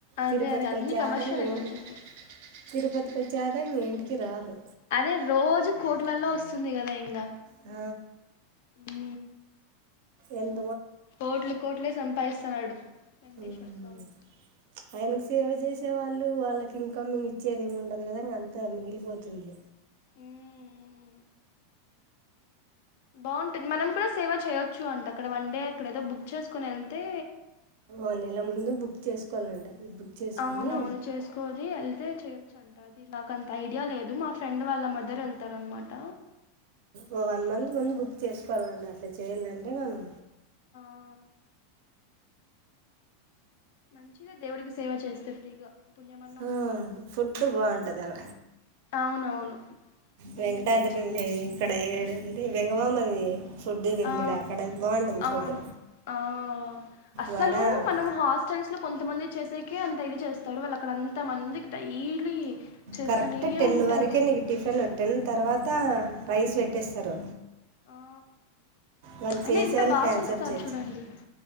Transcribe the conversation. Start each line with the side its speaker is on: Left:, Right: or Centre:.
Left: అదే
Right: తిరుపతికి
Left: అదే అన్ని
Right: వచ్చే
Left: కమర్షియల్
Right: ఆదాయం
Left: అయిపోతుంది
Right: ఏంటి తిరుపతికి వచ్చే ఆదాయం దేనికి రాదు
Left: అదే రోజు కోట్లల్లో వస్తుంది కదా ఇంకా
Right: ఆ
Left: హు
Right: ఎన్
Left: కోట్లు కోట్లే సంపాదిస్తున్నాడు వెంకటేశ్వర
Right: ఉమ్
Left: స్వామి
Right: ఆయనకు సేవ చేసే వాళ్ళు ఇ వాళ్ళకి ఇంకా మ ఇచ్చేదిేమి ఉండదు కదా ఇంకంత మిగిలిపోతుంది
Left: మ్మ్ బాగుంటది మనం కూడా సేవ చేయొచ్చు అంట అక్కడ వన్ డే అక్కడ ఏదో బుక్ చేసుకుని వెళ్తే
Right: ఓ నెల ముందు బుక్ చేసుకోవాలంట బుక్ చేసుకొని
Left: అవునవును చేసుకోవ అ వెళ్తే చెయొచ్చు అంట అది నాకు అంత ఐడియా లేదు మా ఫ్రెండ్ వాళ్ళ మదర్ వెళ్తారు అనమాట
Right: ఓ వన్ మంత్ ముందు బుక్ చేసుకోవాలండి అట్లా చేయాలంటే మనం
Left: ఆ మంచిదే దేవుడికి సేవ చేస్తే ఫ్రీగా పుణ్యమన్న
Right: ఆ
Left: వస్తది
Right: ఫుడ్ బాగుంటది అడ
Left: అవునవును వెంగమాంబల్
Right: వెంకటాద్రిండి
Left: పంచ్
Right: ఇక్కడ <unintelligible> వెంగమాంబ ది ఫుడ్ కింజడు
Left: ఆ
Right: అక్కడ బాగుంటుంది
Left: అవును
Right: ఫుడ్
Left: ఆ అస్సలు
Right: వడ
Left: మనం హాస్టల్స్ లో కొంతమంది చేసేకి అంత ఇది చేస్తాడు వాళ్ళు అక్కడ అంత మందికి డైలీ చేస్తూనే
Right: కరెక్ట్ టెన్
Left: ఉంటారు
Right: వరకే నీకు టిఫిన్ టెన్ తర్వాత రైస్ పెట్టేస్తారు
Left: ఆ
Right: వాళ్ళు
Left: అయినా
Right: చేసే
Left: ఎంత
Right: వాళ్ళకి
Left: బాగా
Right: హ్యాండ్స్
Left: చేస్తారు
Right: ఆఫ్ చేయచ్చు
Left: చూడండి